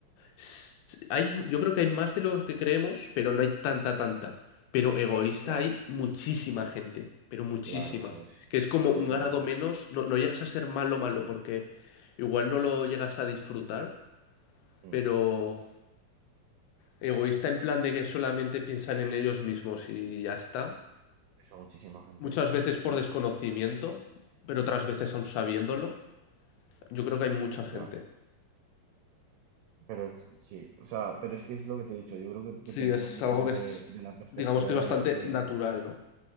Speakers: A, on the left; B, on the right.
A: s- Hay, yo creo que hay más de lo que creemos, pero no hay tanta, tanta. Pero egoísta
B: Ya,
A: hay muchísima gente, pero muchísima.
B: claro, eso es.
A: Que es como
B: Por
A: un
B: eso
A: grado
B: que es,
A: menos, no, no llegas a ser malo, malo, porque igual no lo llegas a disfrutar,
B: mm,
A: pero egoísta en plan de que solamente piensan en ellos mismos y ya está.
B: eso muchísima gente,
A: Muchas
B: eso muchísima.
A: veces por desconocimiento, pero otras veces aún sabiéndolo. Yo creo que hay mucha gente.
B: ya, pero es- sí, o sea, pero es que es lo que te he dicho, yo creo que depende
A: Sí, es
B: muchísimo
A: algo que
B: de,
A: es,
B: de la perspectiva
A: digamos que
B: de,
A: es bastante
B: de-
A: natural, ¿no?